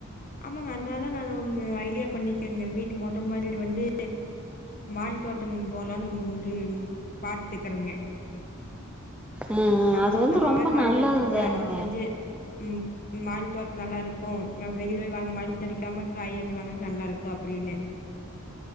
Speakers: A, on the left (about 40°); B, in the centre.
A: ஆமாங்க அதனால நானு ஒண்ணு ஐடியா பண்ணிக்கேங்க வீட்டு மொட்ட மாடில வந்து மாடி தோட்டம் போலான்னு மு முடி பாட்டுக்கிறங்க
B: ம் ம்
A: நம்ம
B: அது
A: சொந்தமாவே
B: வந்து ரொம்ப
A: காய்கறி
B: நல்லது
A: செஞ்சு
B: தானுங்க
A: அறுவட செஞ்சு ம் மால் தோட்டோ நல்லா இருக்கு நாம் வெளில போய் வாங்காம மருந்தடிக்காம காய்கறி வாங்கறது நல்லாருக்கு அப்டின்னு